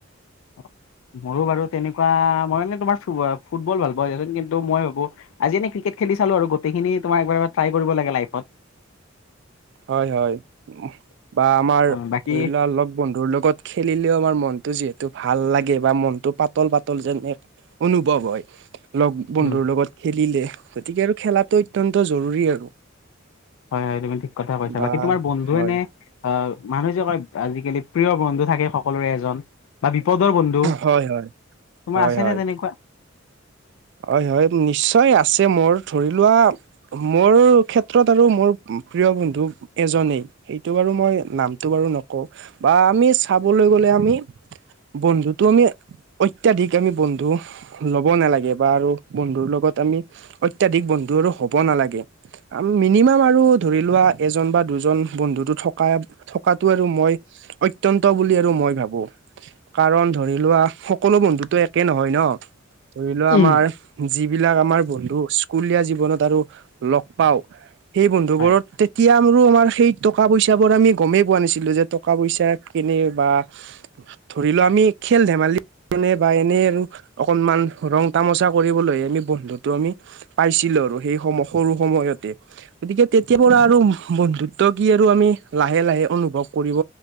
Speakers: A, on the left (about 70°); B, on the right (about 60°).
A: <inaudible> মোৰো বাৰু তেনেকুৱা, মই মানে তোমাৰ ফুবল-ফুটবল ভাল পাওঁ। <unintelligible> কিন্তু মই ভাবোঁ, আজি এনে ক্ৰিকেট খেলি লি চালো আৰু গোটেইখিনি তোমাৰ একবাৰ-একবাৰ ট্ৰাই কৰিব লাগে লাইফট।
B: হয়, হয়। বা আমাৰ
A: অ বাকী
B: ধৰি লোৱা, লগ-বন্ধুৰ লগত খেলিলেও আমাৰ মন টো যিহেতু ভাল লাগে বা মনটো পাতল-পাতল যেন এ-অনুভৱ হয়। লগ-বন্ধুৰ
A: উম
B: লগত খেলিলে, গতিকে আৰু খেলাটো অত্যন্ত জৰুৰী আৰু।
A: হয়, হয়, তুমি ঠিক কথা কৈছা।
B: বা
A: বাকী তোমাৰ বন্ধু
B: হয়
A: এনে, আ মানুহে যে কয় আজিকালি প্ৰিয়বন্ধু থাকে সকলোৰে এজন বা বিপ বিপদৰ বন্ধু,
B: হয় হয়
A: তোমাৰ
B: হয়
A: আছেনে
B: হয়
A: তেনেকুৱা?
B: হয়, হয়, নিশ্চয় আছে মু মোৰ ধৰি লোৱা মোৰ ক্ষেত্ৰত আৰু মোৰ প্ৰিয়বন্ধু এজনেই। সিটো বাৰু মই নামটো বাৰু নকওঁ। বা আমি চাবলৈ গ'লে আমি বন্ধুটো আমি, অত্যাধিক আমি বন্ধু ল'ব নালাগে। বাৰু, বন্ধুৰ লগত আমি অত্যাধিক বন্ধু আৰু হ'ব নালাগে। আ-মিনিমাম আৰু ধৰি লোৱা, এজন বা দুজন বন্ধুটো থকা, থকাটো আৰু মই অত্যন্ত বুলি আৰু মই ভাবোঁ। কাৰণ ধৰি লোৱা, সকলো বন্ধুটো একে নহয় ন'? <inaudible> ধৰি লোৱা
A: উম
B: আমাৰ যিবিলাক আমাৰ বন্ধু স্কুলীয়া জীৱনত আৰু লগ পাওঁ, সেই বন্ধুবোৰত
A: হয়
B: তেতিয়া <unintelligible> আমাৰ সেই টকা-পইচাবোৰ আমি গমেই পোৱা নাছিলোঁ। যে টকা পইচা কেনেবা ধৰি লোৱা আমি খেল -ধেমালি <unintelligible> বা এনে আৰু অকণমান ৰং তামোচা কৰিবলৈহে আমি বন্ধুটো আমি পাইছিলো আৰু সেই সম-সৰু সময়তে, গতিকে তেতিয়াৰ পৰা আৰু বন্ধুত্ব কি আৰু আমি লাহে লাহে অনুভৱ কৰিব